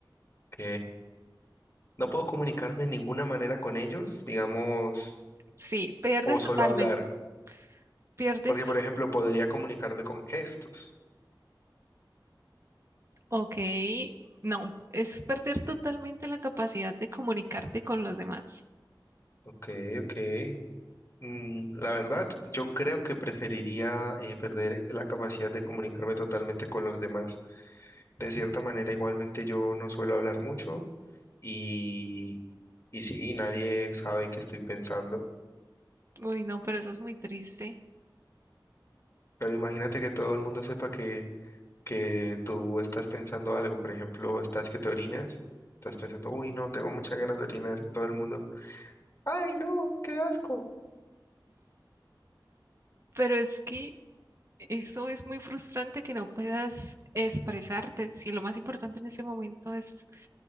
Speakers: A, on the left; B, on the right.
A: ok. No puedo comunicarme de ninguna manera con ellos, digamos,
B: Sí, pierdes
A: o solo
B: totalmente,
A: hablar,
B: pierdes
A: porque
B: to-
A: por ejemplo podría comunicarme con gestos.
B: ok, no, es perder totalmente la capacidad de comunicarte con los demás.
A: Ok, ok. Mm, la verdad, yo creo que preferiría eh, perder la capacidad de comunicarme totalmente con los demás. De cierta manera, igualmente yo no suelo hablar mucho y, y sí, nadie sabe qué estoy pensando.
B: Uy, no, pero eso es muy triste.
A: Pero imagínate que todo el mundo sepa que que tú estás pensando algo, por ejemplo, estás que te orinas, estás pensando, uy, no, tengo muchas ganas de orinar y todo el mundo, ay, no, qué asco.
B: Pero es que Eso es muy frustrante que no puedas expresarte. Si lo más importante en ese momento es,